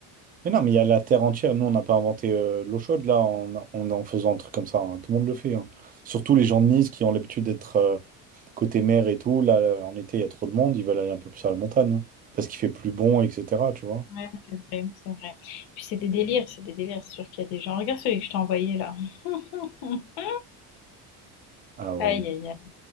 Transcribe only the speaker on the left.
Ouais, c'est vrai, c'est vrai. Puis c'est des délires, c'est des délires. C'est sûr qu'il y a des gens. Regarde celui que je t'ai envoyé, là. <laughs>
Aïe, aïe, aïe.